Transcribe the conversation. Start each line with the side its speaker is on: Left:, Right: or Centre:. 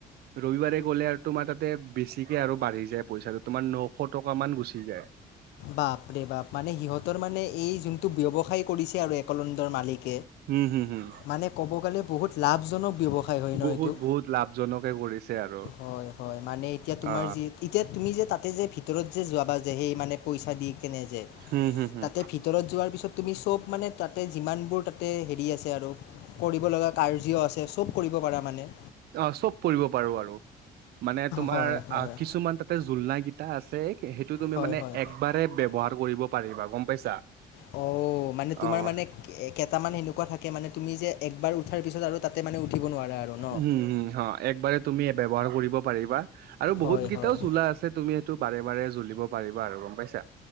Right: ৰবিবাৰে গ'লে আৰু তোমাৰ তাতে বেছিকে আৰু বাঢ়ি যায় পইচাটো তোমাৰ নশ টকা মান গুচি যায়।
Left: বাপৰে বাপ মানে সিহঁতৰ মানে এই যোনটো ব্যৱসায় কৰিছে আৰু একলেণ্ডৰ মালিক
Right: হম হম হম
Left: মানে ক'ব গ'লে বহুত লাভজনক ব্যৱসায় হয় ন
Right: বহুত
Left: এইটো
Right: বহুত লাভজনকে কৰিছে আৰু
Left: হয় হয় মানে এতিয়া তোমাৰ
Right: অ
Left: যি এতিয়া তুমি যে তাত তাতে যে ভিতৰত যে যাবা যে সেই মানে পইচা দি কেনে যে
Right: হম হম হম
Left: তাতে ভিতৰত যোৱাৰ পিছত তুমি চব মানে তাতে যিমানবোৰ তাতে হেৰি আছে আৰু কৰিব লগা কাৰ্য আছে চব কৰিব। কৰা মানে।
Right: অ চব কৰিব পাৰো আৰু। মানে তোমাৰ
Left: হয় হয়।
Right: আ কিছুমান তাতে জোলনা কিটা আছে। সেইটো তুমি
Left: হয়
Right: মানে
Left: হয়।
Right: একবাৰে ব্যৱহাৰ কৰিব পাৰিবা গম পাইছা।
Left: অ মানে তোমাৰ
Right: অ
Left: মানে কেইটামান সেনেকুৱা থাকে মানে তুমি যে। একবাৰ উঠাৰ পিছত আৰু তাতে মানে উঠিব নোৱাৰা আৰু ন?
Right: উম হম হ একবাৰে তুমি ব্যৱহাৰ কৰিব পাৰিবা। আৰু বহুত
Left: হয়
Right: কেইটাও
Left: হয়।
Right: জোলা আছে তুমি এইটো বাৰে বাৰে জুলিব পাৰিবা আৰু গম পাইছা